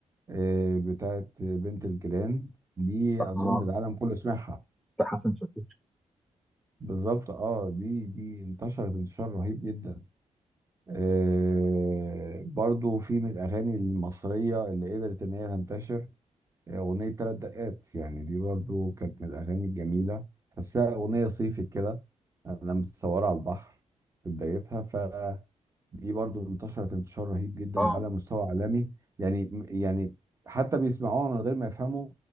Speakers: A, on the right (about 25°); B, in the centre.
A: آه، بتاعت بنت الجيران دي
B: آه،
A: اظن العالم كله سمعها
B: ده حسن شاكوش
A: بالظبط اه دي دي انتشرت انتشار رهيب جدا آه، برضو في من الاغاني المصريه اللي قدرت ان هي تنتشر أغنية تلات دقات يعني دي برضو كانت من الأغاني الجميلة تحسها أغنية صيفي كده أنا متصورة على البحر في بدايتها فدي برضو انتشرت انتشار رهيب جدا
B: اه
A: على مستوى عالمي يعني يعني حتى بيسمعوها من غير ما يفهموا